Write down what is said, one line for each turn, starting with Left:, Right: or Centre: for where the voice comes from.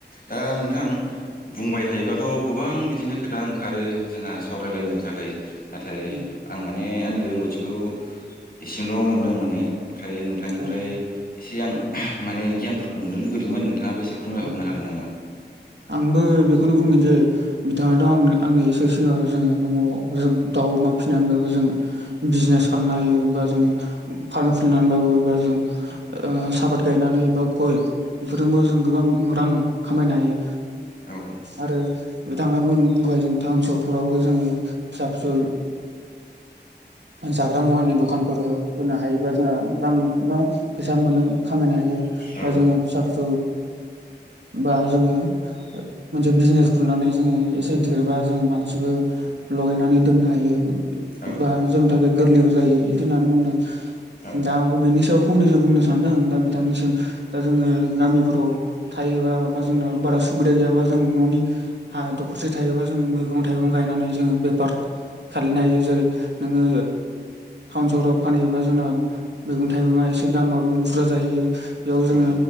Left: दा नोंथां। बुंबाय थायोब्लाथ' गोबां बिदिनो खोथा ओंखारो जोंहा सावरायलायनो थाखाय। नाथाय
Right: उम
Left: आं माने आंनि रोंगौथिखौ एसेल' मोनदों माने। ओमफ्राय नोंथांनिफ्राय
Right: औ
Left: एसे आं माने गियानफोरखौ मोननो लुगैदोंमोन नोंथाङाबो एसे फोरमायहरनो
Right: औ
Left: हागोन नामा?
Right: आंबो बेखौनो बुंगोन जे बिथाङाथ' आं आंनि इसे सिगाङाव जोङो न'आव जों दाउ अमा फिनानैबाबो जोङो बिजनेस खालामना हायो बा जोङो फार्म खुलिनानैबाबो बा जों ओ साफाद गायनानै बा गय बेफोरजोंबो जों गोबां रां खामायनो हायो।
Left: औ।
Right: आरो बिथाङाबो बुंखाबाय जों टाउन सहरफोरावबो जोङो फिसा फिसौ जाग्रा मुवानि दखानफोर होनो हायोबा जोंहा रांनि गोबां फैसा मोनो खामायनो हायो
Left: औ
Right: बा जोङो फिसा फिसौ बा जोङो ओ मोनसे बिजनेस खुलिनानै जोङो एसे देरबा जों मानसिबो लगायनानै दोननो हायो।
Left: औ
Right: बा जोंनि थाखाय गोरलैबो जायो इदि होननानै बुंदों।
Left: औ
Right: दा आं बेनि सायाव फंनैसो बुंनो सानदों दा बिथांनिसिम दा जोङो गामि फोराव थायोबा बा जोंना बारा सुबादि जों न'नि हा दखरसे थायोबा जोङो मैगं थाइगं गायनानै जोङो बे पार्क खालैनो हायो जेरै नोङो टाउन सहराव फानहैयोबा जोंना मैगं थाइगंआ एसे दामाबो बुरजा जाहैयो बेयाव जोङो
Left: औ